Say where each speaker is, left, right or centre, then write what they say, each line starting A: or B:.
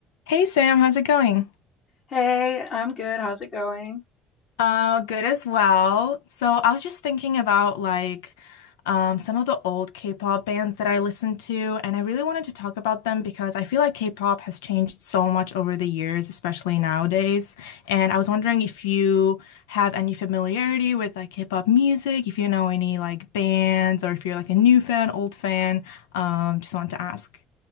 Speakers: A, on the left (about 85°); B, on the left (about 55°).
A: Hey Sam, how's it going?
B: Hey, I'm good. How's it going?
A: Uh, good as well. So I was just thinking about like um, some of the old K-pop bands that I listened to, and I really wanted to talk about them because I feel like K-pop has changed so much over the years, especially nowadays. And I was wondering if you have any familiarity with like K-pop music, if you know any like bands, or if you're like a new fan, old fan. Um, just wanted to ask.